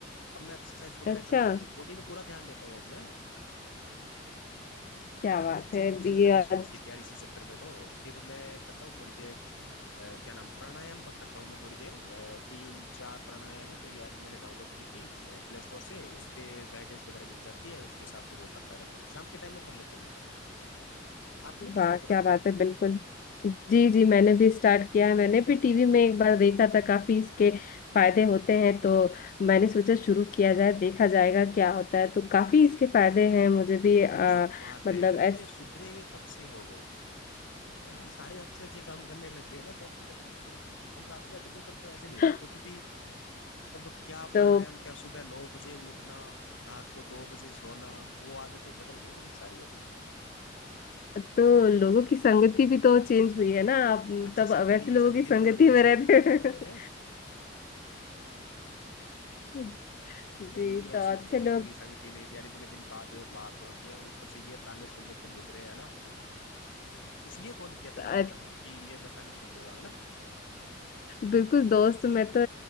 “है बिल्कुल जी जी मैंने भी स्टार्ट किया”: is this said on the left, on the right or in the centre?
Left